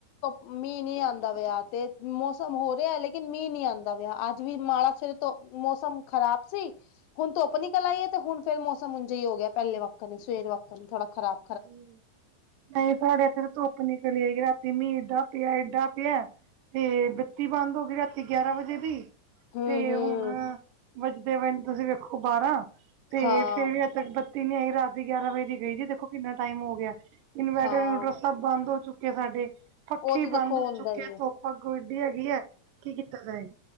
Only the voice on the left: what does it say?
ਮੀਂਹ ਨੀ ਆਉਂਦਾ ਵਿਆ। ਤੇ ਮੌਸਮ ਹੋ ਰਿਹਾ ਲੇਕਿਨ ਮੀਂਹ ਨੀ ਆਉਂਦਾ ਵਿਆ। ਅੱਜ ਵੀ ਮਾੜਾ ਸਰੇ ਤੋਂ ਮੌਸਮ ਖ਼ਰਾਬ ਸੀ। ਹੁਣ ਧੁੱਪ ਨਿਕਲ ਆਈਏ ਤੇ ਹੁਣ ਫੇਰ ਮੌਸਮ ਉਜ ਹੀ ਹੋ ਗਿਆ। ਪਹਿਲੇ ਵੱਖਣ ਨੇ, ਸਵੇਰ ਵੱਖਣ, ਥੋੜਾ ਖਰਾਬ।
ਹਮ-
ਹਮ।
ਹਾਂ
ਹਾਂ
ਉਹ ਤੇ ਦੇਖੋ
ਹੁੰਦਾ
ਹੀ ਹੈ